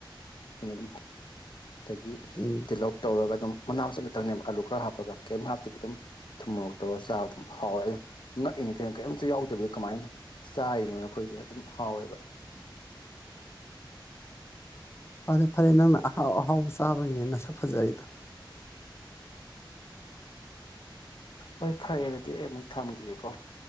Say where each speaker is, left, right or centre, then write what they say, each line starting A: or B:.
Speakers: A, on the left (about 70°); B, on the left (about 30°).
A: ꯑꯩꯣꯏ ꯑꯗꯨꯝ ꯑꯗꯒꯤ
B: ꯎꯝ
A: ꯗꯤꯂꯣꯞ ꯇꯧꯔꯒ ꯑꯗꯨꯝ ꯃꯅꯥ ꯆꯠꯂꯛꯇꯪꯅꯦꯕ ꯑꯥꯂꯨ ꯈꯔ ꯍꯥꯞꯄꯒ ꯀꯩꯝ ꯍꯥꯞꯇꯕꯤ ꯑꯗꯨꯝ ꯊꯨꯝꯃ ꯇꯧꯔꯒ ꯆꯥꯕ ꯑꯗꯨꯝ ꯍꯥꯎꯔꯦ ꯑꯗꯨ ꯉꯛꯏꯅꯦ ꯀꯩꯅꯣ ꯀꯔꯤꯝꯇ ꯌꯥꯎꯗꯦꯕꯗ ꯀꯃꯥꯏꯅ ꯆꯥꯔꯤꯅꯣꯗ ꯑꯩꯈꯣꯏꯁꯦ ꯑꯗꯨꯝ ꯍꯥꯎꯋꯦꯕ
B: ꯐꯔꯦ ꯐꯔꯦ ꯅꯪꯅ ꯑꯍꯥꯎ ꯑꯍꯥꯎꯕ ꯆꯥꯕꯒꯤꯅꯦ ꯅꯁꯛ ꯐꯖꯔꯤꯗꯣ
A: ꯍꯣꯏ ꯐꯔꯦ ꯑꯗꯨꯗꯤ ꯑꯩ ꯑꯃꯨꯛ ꯊꯝꯈꯤꯒꯦꯀꯣ